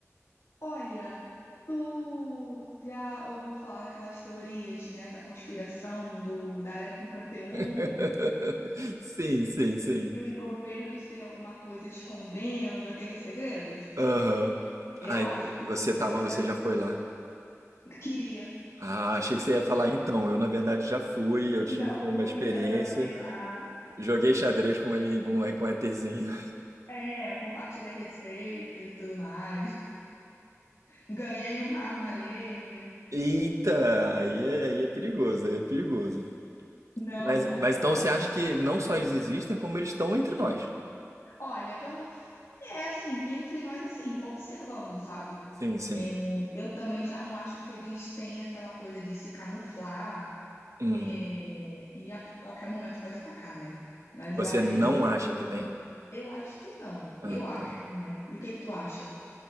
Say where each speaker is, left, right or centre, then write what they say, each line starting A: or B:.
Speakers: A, on the left; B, on the right.
A: Olha, tu já ouviu falar naquelas teorias, né, da conspiração do da Área cinquenta e um?
B: <laughs> Sim, sim, sim.
A: que os governos têm alguma coisa escondendo aqueles segredos?
B: Aham.
A: Eu
B: Ai,
A: acho que eles
B: você tava,
A: ainda
B: você já foi lá.
A: queria.
B: Ah, achei que você ia falar então. Eu, na verdade, já fui, eu tive
A: Já
B: uma
A: fui,
B: experiência.
A: já trabalhei lá.
B: Joguei xadrez com ele, com, com um ETzinho.
A: É, compartilhei receitas e tudo mais. Ganhei uma arma laser.
B: <laughs> Eita, aí é, aí é perigoso, aí é perigoso.
A: Não,
B: Mas,
A: não,
B: mas
A: mas
B: então
A: olha,
B: você acha que não só eles existem, como eles estão entre nós?
A: olha, eu não. f- É assim, entre nós, assim, observando, sabe?
B: Sim, sim.
A: É, eu também já não acho que eles têm aquela coisa de se camuflar,
B: Uhum.
A: é, e a qualquer momento pode atacar, né? Mas
B: Você
A: eu acredito
B: não acha
A: que
B: que tem?
A: Eu acho que não.
B: Ah,
A: Eu acho,
B: tá.
A: né? E o que que tu acha?